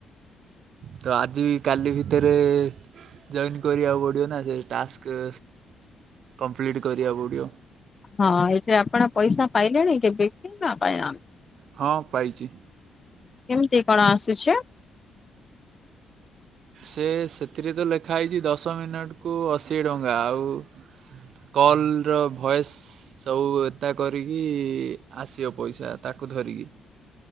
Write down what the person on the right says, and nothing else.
ତ ଆଜି ବି କାଲି ଭିତରେ ଜଏନ୍ କରିବାକୁ ପଡିବ ନା ସେ ଟାସ୍କ କମ୍ପ୍ଲିଟ୍ କରିବାକୁ ପଡ଼ିବ।
ହଁ ପାଇଚି।
ସେ ସେଥିରେ ତ ଲେଖା ହେଇଚି ଦଶ ମିନିଟ୍ କୁୁ ଅଶି ଟଙ୍କା। ଆଉ କ କଲ୍ ର ଭଏସ୍ ସବୁ ଏତା କରିକି ଆସିବ ପଇସା ତାକୁ ଧରିକି।